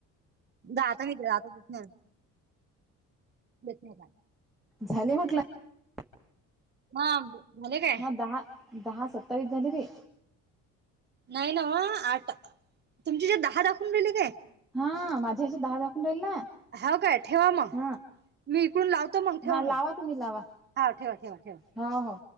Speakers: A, on the right (about 35°); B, in the centre.
A: <unintelligible> धन्यवाद
B: झाले म्हटलं, <unintelligible>
A: हा झाले काय
B: म दहा दहा सत्तावीस झाले रे.
A: नाही नव्ह आठ तुमची हेझ्यात दहा दाखवून राहिले काय?
B: हा माझे हेज्यात दहा दाखवून राहिले ना.
A: हो काय ठेवा मग.
B: हा
A: मी इकडून लावतो मग ठेवा
B: हा लावा
A: मग
B: तुम्ही लावा
A: हा ठेवा ठेवा ठेवा.
B: हा ह